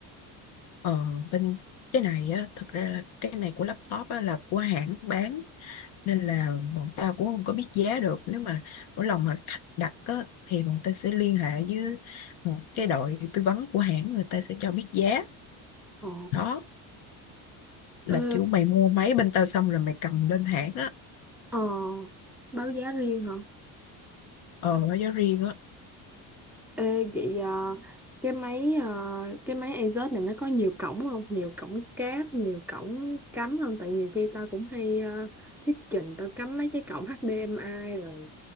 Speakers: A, on the left (about 75°); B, in the centre.
A: Ờ, bên cái này á, thật ra là cái này của laptop á, là của hãng bán nên là bọn tao cũng không có biết giá được nếu mà mỗi lần mà khách đặt á, thì bọn ta sẽ liên hệ với một cái đội tư vấn của hãng người ta sẽ cho biết giá
B: Ồ,
A: đó là
B: Ê,
A: kiểu mày mua máy bên tao xong rồi mày cầm lên hãng á
B: ờ, báo giá riêng hả?
A: ờ báo giá riêng á
B: Ê, vậy ờ, cái máy ờ, cái máy Asus này nó có nhiều cổng không? Nhiều cổng cáp, nhiều cổng cắm không? Tại nhiều khi tao cũng hay ờ, thuyết trình tao cắm mấy cái cổng HDMI rồi